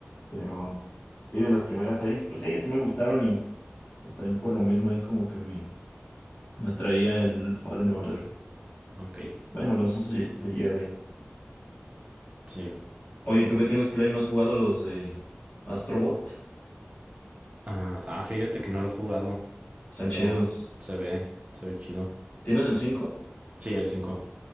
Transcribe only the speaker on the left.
Pero sí, de las primeras seis, pues sí, sí me gustaron y pues también por lo mismo ahí como que me, me atraía el Fallen Order.
Bueno, los esos de de Jedi.
Oye, ¿tú que tienes Play no has jugado los de Astrobot?
Están
chidos.
¿Tienes el 5?